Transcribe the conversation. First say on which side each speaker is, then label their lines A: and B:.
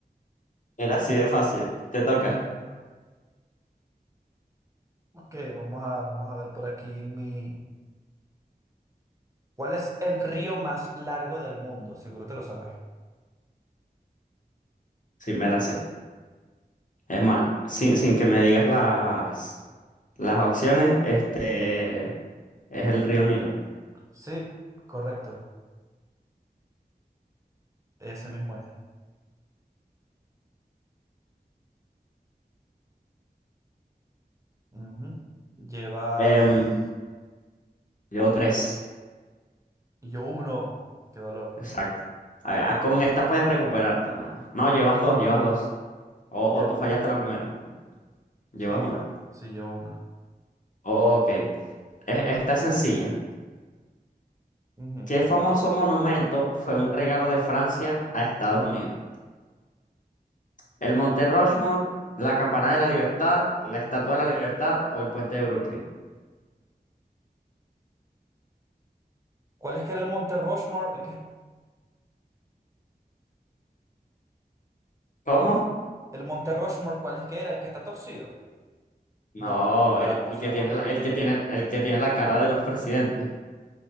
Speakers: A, on the left (about 50°); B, on the right (about 20°).
A: Era así de fácil. Te toca.
B: Ok, vamos a, vamos a ver por aquí en mi. ¿Cuál es el río más largo del mundo? Seguro te lo sabes.
A: Sí, me la sé. Es más, sin, sin que me digas las, las opciones, este es el río Nilo.
B: Sí, correcto. Ese mismo es. Ujú. Llevas.
A: Em, llevo tres.
B: y Yo uno. Qué dolor.
A: Exacto. Ah, ah, con esta puedes recuperarte, mano. No, llevas dos, llevas dos. O,
B: Llevo.
A: o tú fallaste la primera. Llevas
B: Sí,
A: una.
B: fa... sí, llevo uno.
A: Ok. E- Esta es sencilla.
B: Ujú.
A: ¿Qué famoso monumento fue un regalo de Francia a Estados Unidos? ¿El Monte Rushmore, la Campana de la Libertad, la Estatua de la Libertad o el Puente de Brooklyn?
B: ¿Cuál es que era el Monte Rushmore? El que...
A: ¿Cómo?
B: es- El Monte Rushmore, ¿cuál es que era? El que está torcido.
A: No,
B: No, es la,
A: el, el
B: es
A: que
B: la
A: tiene
B: Torre
A: la,
B: de Pisa.
A: el que tiene, el que tiene la cara de los presidentes.